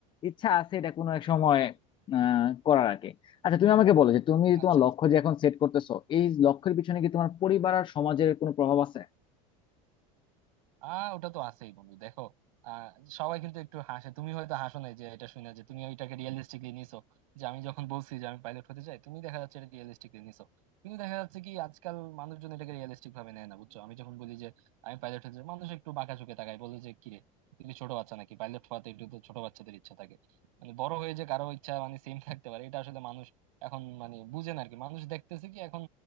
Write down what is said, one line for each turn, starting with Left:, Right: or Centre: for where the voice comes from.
Left: ইচ্ছা আছে এটা কোনো এক সময় আহ করার আর কি আচ্ছা তুমি আমাকে বলো যে তুমি
Right: আচ্ছা
Left: তোমার
Right: আচ্ছা
Left: লক্ষ্য যে এখন সেট করতেছো এই লক্ষ্যের পিছনে কি তোমার পরিবার আর সমাজের কোনো প্রভাব আছে
Right: আহ ওটা তো আছেই বন্ধু দেখো আহ সবাই কিন্তু একটু হাসে তুমি হয়তো হাসো না যে এটা শুনে যে তুমি ওইটাকে রিয়েলিস্টিকলি নিছো যে আমি যখন বলছি যে আমি পাইলট হতে চাই তুমি দেখা যাচ্ছে এটা রিয়েলিস্টিকলি নিছো কিন্তু দেখা যাচ্ছে কি আজকাল মানুষজন এটাকে রিয়েলিস্টিক ভাবে নেয় না বুঝছো আমি যখন বলি যে আমি পাইলট হতে চাই মানুষ একটু বাঁকা চোখে তাকায় বলে যে কিরে তুই কি ছোট বাচ্চা নাকি পাইলট হওয়াতে একটু তো ছোট বাচ্চাদের ইচ্ছা থাকে মানে বড় হয়ে যে কারো ইচ্ছা মানে সেম থাকতে পারে এটা আসলে মানুষ এখন মানে বুঝে না আর কি মানুষ দেখতেছে কি এখন